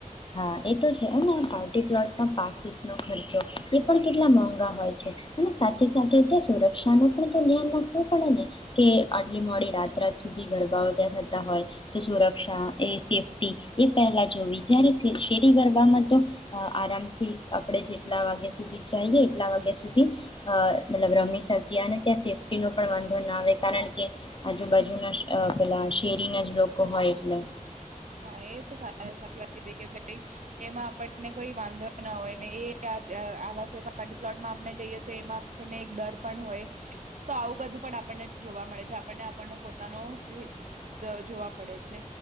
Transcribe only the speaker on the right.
હા એ તો સા આયો સાચી વાત કીધી કે ભઈ એજ એમાં આપણને કોઈ વાંધો ના હોય ને એ આ-આવા કોઈ પાર્ટી પ્લોટમાં આપણે જઈએ તો એમાં આપણને એક ડર પણ હોય. તો આવું બધું પણ આપણને જોવા મળે છે. આપણને આપણ પોતાનો એ જોવા પડે છે